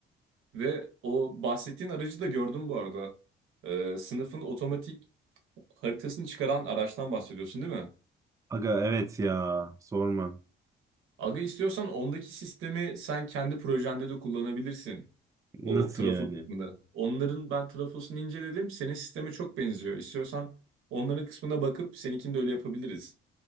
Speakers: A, on the right; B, on the right.
A: Ve o bahsettiğin aracı da gördüm bu arada. Ee, sınıfın otomatik haritasını çıkaran araçtan bahsediyorsun değil mi?
B: Aga evet ya sorma.
A: Aga istiyorsan ondaki sistemi sen kendi projende de kullanabilirsin. O
B: Nasıl
A: trafo
B: yani?
A: kısmını. Onların ben trafosunu inceledim. Senin sisteme çok benziyor. İstiyorsan onların kısmına bakıp seninkini de öyle yapabiliriz.